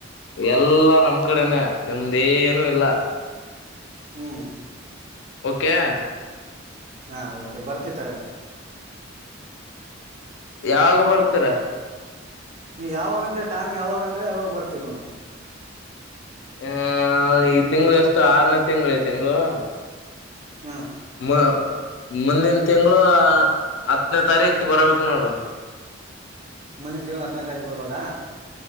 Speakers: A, on the left (about 65°); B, on the right (about 35°).
A: ಎಲ್ಲಾ ನಮ್ ಕಡೆನೆ ನಿಮ್ದೇನುೂ ಇಲ್ಲ
B: ಹ್ಮ್
A: ಓಕೆ
B: ಹಾ ಓಕೆ ಬರ್ತಿ ತಗಣಿ
A: ಯಾವಾಗ ಬರ್ತೀರ
B: ನೀ ಯಾವಾಗಂತ ಟೈಮ್ ಯಾವಾಗಂದ್ರೆ ಯವಾಗ ಬರ್ತೀವ ನೋಡಿ
A: ಹ
B: ಹ್ಮ್
A: ಈ ತಿಂಗಳ ಎಷ್ಟು ಆರನೇ ತಿಂಳ ತಿಂಗಗಳು
B: ಹಾ
A: ಮ ಮುಂದಿನ ತಿಂಗಳು ಹತ್ತನೇ ತಾರೀಕ ಬರ್ಬೇಕು ನೋಡು
B: ಮುಂದಿನ ತಿಂಗಳು ಹತ್ತನೇ ತಾರೀಕು ಬರ್ಬೋದಾ